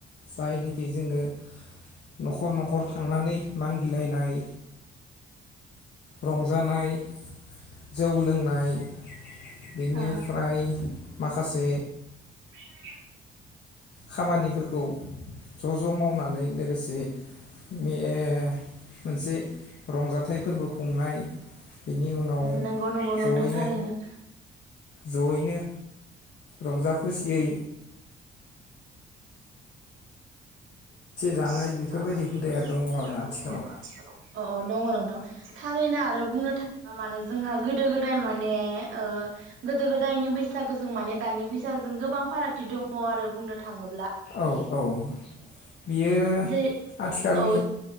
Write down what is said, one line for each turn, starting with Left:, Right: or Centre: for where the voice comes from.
Left: जायनोखि जोङो न'खर न'खर थांनानै मांगिलायनाय रंजानाय जौ लोंनाय बिनिफ्राय
Right: ओ
Left: माखासे
Right: <inaudible>
Left: खामानि फोरखौ ज' ज' मावनानै लोगोसे मे-मोनसे रंजाथाइ फोरबो खुंनाय बेनि उनाव
Right: नोंगौ नोंगौ नोंथां
Left: जयैनो
Right: थारैनो
Left: जयैनो रंजा खुसियै
Right: बोथिसे
Left: जानाय बेफोरबायदि
Right: जानाय
Left: हुदाया
Right: बेफोरबायदि
Left: दङ
Right: हुदाया
Left: आरो
Right: दङ
Left: आथिखालाव
Right: आरो आथिखालाव अ अ दङ नोंथां थारैना ओ बुंनो थाङोबा माने जोंहा गोदो गोदाय माने ओ गोदो गोदायनि बैसागोजों माने दानि बैसागोजों गोबां फारागथि दङ आरो बुंनो थाङो
Left: औ औ बियो
Right: जे
Left: आथिखालनि
Right: औ